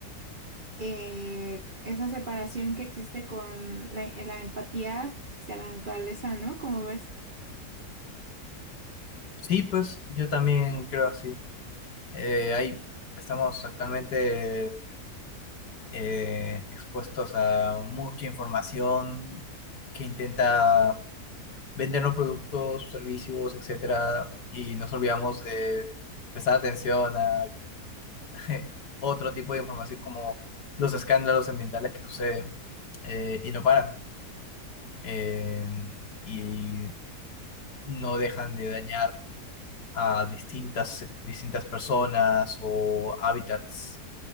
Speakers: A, on the right; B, on the left.
A: eh, esa separación que existe con la, la empatía hacia la naturaleza, ¿no? Como ves?
B: Sí, pues yo también creo así. Eh, ahí estamos actualmente eh, expuestos a mucha información que intenta vendernos productos, servicios, etcétera, y nos olvidamos de prestar atención a <laughs> otro tipo de información como los escándalos ambientales que suceden eh, y no paran eh, y no dejan de dañar a distintas, distintas personas o hábitats